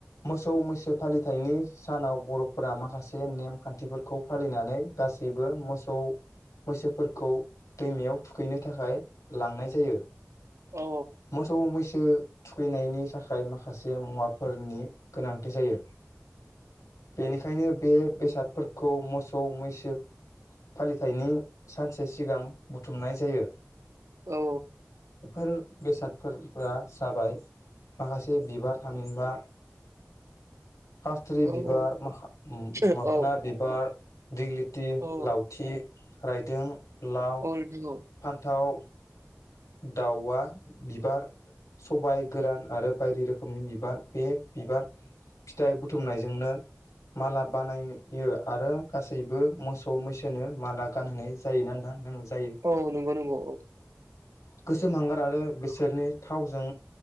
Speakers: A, on the left; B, on the right.
A: मोसौ मैसो फालिथायनि सानाव बर'फोरा माखासे नेम खान्थिफोरखौ फालिनानै गासैबो मोसौ मैसोफोरखौ दैमायाव थुखैनो थाखाय लांनाय जायो
B: औ
A: मोसौ मैस सो थुखैनायनि थाखाय माखासे मुवाफोरनि गोनांथि जायो बेनिखायनो बे बेसादफोरखौ मोसौ मैसो फालिथायनि सानसे सिगां बुथुमनाय जायो
B: औ
A: बेफोर बेसादफोरफोरा जाबाय माखासे बिबार थामिनबा खासथ्रि
B: औ
A: बिबार
B: औ
A: माखा उम
B: औ
A: माखोना बिबार दिगलि थि
B: औ
A: लावथि रायदों लाव
B: अ <unintelligible>
A: फान्थाव दावआ बिबार सबाय गोरान आरो बायदि रोखोमनि बिबार बे बिबार फिथाइ बुथुमनायजोंनो माला बानायो आरो गासैबो मोसौ मैसोनो माला गानहोनाय जायोना नोंथां? जायो
B: औ नंगौ नंगौ औ।
A: गोसोम हांगार आरो बिसोरनि थावजों